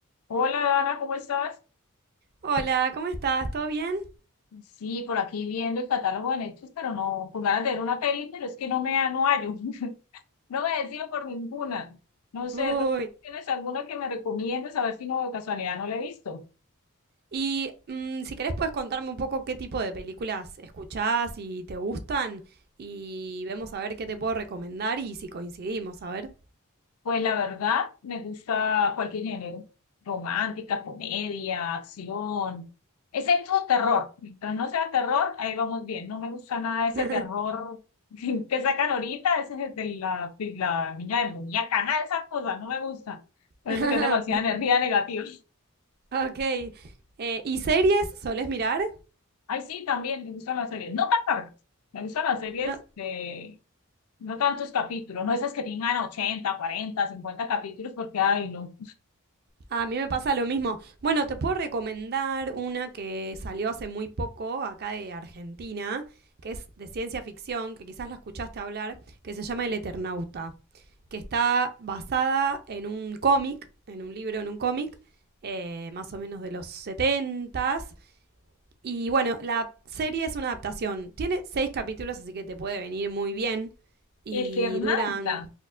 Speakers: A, on the left; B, on the right.
A: Hola Dana, ¿cómo estás?
B: Hola, ¿cómo estás? ¿Todo bien?
A: Sí, por aquí viendo el catálogo de Netflix, pero no, con ganas de ver una peli, pero es que no me ha- no hallo, <laughs> no me decido por ninguna. No sé,
B: Uy.
A: pero ¿tienes alguna que me recomiendes? A ver si no de casualidad no la he visto.
B: Y mm, si querés puedes contarme un poco qué tipo de películas escuchás y te gustan y vemos a ver qué te puedo recomendar y si coincidimos, a ver.
A: Pues la verdad, me gusta cualquier género. Romántica, comedia, acción, excepto terror. Mientras no sea terror, ahí vamos bien. No me gusta nada ese
B: <laughs>
A: terror <laughs> que sacan ahorita, ese es el de la, la niña demoníaca, nada de esas cosas, no me gusta. Parece
B: Ok.
A: que es demasiada energía negativa.
B: ok. Eh, ¿y series solés mirar?
A: <laughs> Ay, sí, también me gustan las series. No tan largas. Me gustan las series
B: No,
A: de no tantos capítulos, no esas que tengan 80 40 50 capítulos, porque, ay, no.
B: a mí me pasa lo mismo. Bueno, te puedo recomendar una que salió hace muy poco acá de Argentina, que es de ciencia ficción, que quizás la escuchaste hablar, que se llama El Eternauta. que está basada en un cómic, en un libro, en un cómic, eh, más o menos de los 70 Y bueno, la serie es una adaptación. Tiene seis capítulos, así que te puede venir muy bien. Y
A: Eternauta.
B: duran.